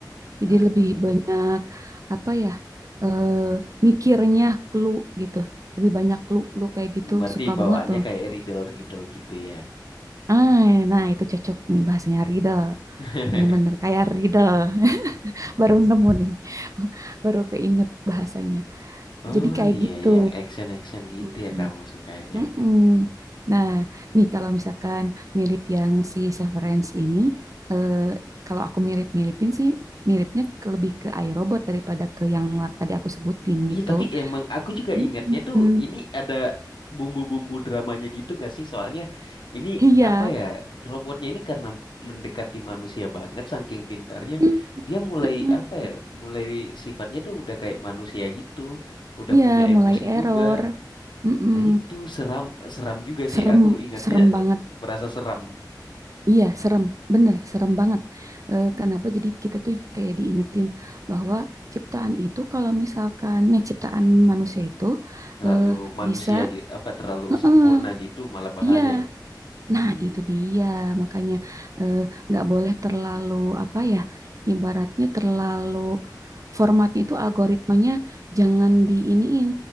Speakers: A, on the left; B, on the right.
A: Ah,
B: Jadi lebih banyak apa ya eh, mikirnya clue gitu. Lebih banyak clue-clue kayak gitu
A: berarti
B: suka
A: bawaannya
B: banget tuh.
A: kayak riddle-riddle gitu ya.
B: Ah, nah itu cocok nih bahasanya riddle.
A: <laughs>
B: Bener-bener kayak riddle. <laughs> Baru nemu nih. <laughs> Baru keinget bahasanya.
A: Oh
B: Jadi kayak
A: iya,
B: gitu.
A: yang action-action gitu
B: Mm.
A: ya kamu sukanya.
B: Mm-mm. Nah, nih kalau misalkan mirip yang si Severance ini, eh, kalau aku mirip-miripin sih, miripnya ke- lebih ke iRobot daripada ke yang tadi aku sebutin
A: Iya
B: gitu.
A: tapi emang aku juga
B: Mm-mm.
A: ingatnya tuh ini ada bumbu-bumbu dramanya gitu gak sih? Soalnya ini
B: Iya,
A: apa ya robotnya ini karena mendekati manusia banget saking pintarnya
B: Mm-mm.
A: dia mulai
B: Mm-mm.
A: apa ya mulai sifatnya tuh udah kayak manusia gitu udah
B: Iya,
A: punya emosi
B: mulai
A: juga.
B: error. Mm-mm.
A: Nah itu seram seram juga sih
B: Serem,
A: aku ingatnya
B: serem banget.
A: merasa seram
B: Iya, serem, bener, serem banget. Eh, kenapa? Jadi kita tuh kayak diingetin bahwa ciptaan itu kalau misalkannya ciptaan manusia itu
A: terlalu
B: eh,
A: manusia
B: bisa,
A: gitu apa terlalu
B: Heeh,
A: sempurna gitu malah bahaya
B: iya,
A: ya. Hmm,
B: nah itu dia. Makanya eh, nggak boleh terlalu apa ya, ibaratnya terlalu formatnya itu algoritmanya jangan diiniin,